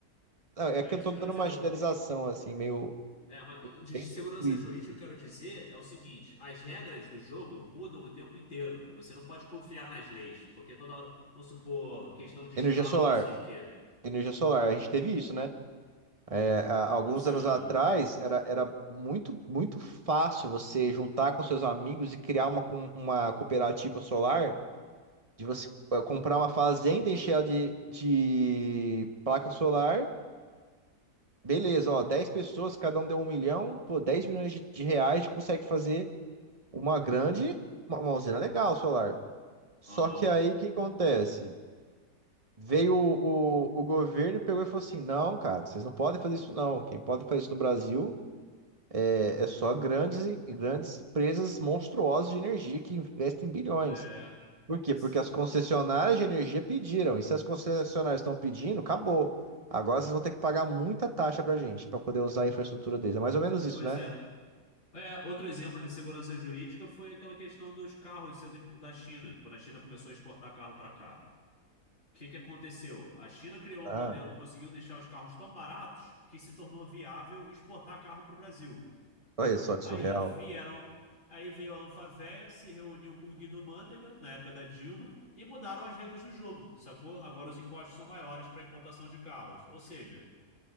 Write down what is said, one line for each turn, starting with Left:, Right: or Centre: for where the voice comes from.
Right: Ah, É
Left: Não
Right: que
Left: é
Right: eu
Left: isso
Right: tô
Left: que eu
Right: dando
Left: quero dizer,
Right: uma
Left: não.
Right: generalização, assim, meio
Left: É, mas de
Right: bem
Left: segurança
Right: simples,
Left: jurídica,
Right: assim.
Left: o que eu quero dizer é o seguinte: as regras do jogo mudam o tempo inteiro. Você não pode confiar nas leis, porque toda hora, vamos supor, questão de
Right: Energia
Left: escala,
Right: solar.
Left: não sei o quê.
Right: Energia solar, a gente teve isso, né? É, há
Left: O que
Right: alguns
Left: aconteceu?
Right: anos atrás,
Left: né?
Right: era, era muito, muito fácil você juntar com seus amigos e criar uma, com- uma cooperativa solar de você eh, comprar uma fazenda, encher ela de, de placa solar. Beleza, ó, 10 pessoas, cada um deu um milhão, pô, 10 milhões de, de reais, a gente consegue fazer uma grande, uma, uma usina legal solar. Só
Left: Aham.
Right: que aí o que acontece? Veio o, o, o governo e pegou e falou assim: não, cara, vocês não podem fazer isso, não. Quem pode fazer isso no Brasil é, é só grandes, e grandes empresas monstruosas de energia que investem bilhões.
Left: É.
Right: Por quê?
Left: Ex-
Right: Porque as concessionárias
Left: eu-
Right: de energia pediram. E se as concessionárias estão pedindo, acabou. Agora vocês vão ter que pagar muita taxa pra gente pra poder usar a infraestrutura deles. É mais ou menos isso,
Left: Pois
Right: né?
Left: é. É, outro exemplo de segurança jurídica foi aquela questão dos carros sendo impo- da China, quando a China começou a exportar carro para cá. O que que aconteceu? A China criou
Right: Ah,
Left: um modelo, conseguiu deixar os carros tão baratos que se tornou viável exportar carro para o Brasil.
Right: olha só que
Left: Aí
Right: surreal.
Left: vieram, aí veio a Anfavea, se reuniu com o Guido Mantega, na época da Dilma, e mudaram as regras do jogo, sacou? Agora os impostos são maiores para importação de carros. Ou seja,